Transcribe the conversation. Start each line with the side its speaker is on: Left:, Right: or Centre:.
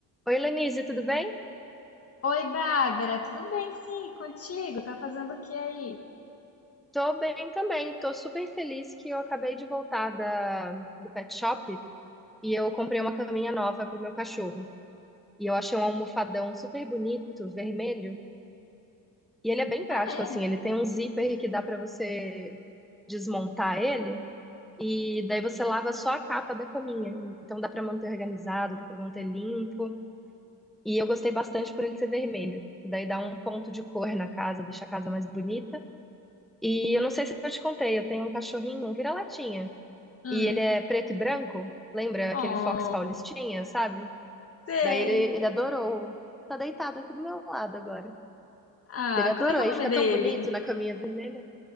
Centre: Oi, Lenise, tudo bem?
Left: Oi, Bárbara, tudo bem? Sim, contigo? Tá fazendo o que aí?
Centre: Tô bem também. Tô super feliz que eu acabei de voltar da, do pet shop e eu comprei uma caminha nova pro meu cachorro. E eu achei um almofadão super bonito, vermelho. E ele é bem prático,
Left: Ah, é?
Centre: assim. Ele tem um zíper que dá pra você desmontar ele e daí você lava só a capa da caminha. Então dá pra manter organizado, dá pra manter limpo. E eu gostei bastante por ele ser vermelho. Daí dá um ponto de cor na casa, deixa a casa mais bonita. E eu não sei se eu te contei, eu tenho um cachorrinho, um vira-latinha.
Left: Hum.
Centre: E ele é preto e branco. Lembra
Left: Oh,
Centre: aquele Fox Paulistinha, sabe?
Left: sei.
Centre: Daí ele, ele adorou. Tá deitado aqui do meu lado agora.
Left: Ah,
Centre: Ele adorou.
Left: como é que
Centre: aí
Left: é o nome
Centre: fica
Left: dele?
Centre: tão bonito na caminha vermelha.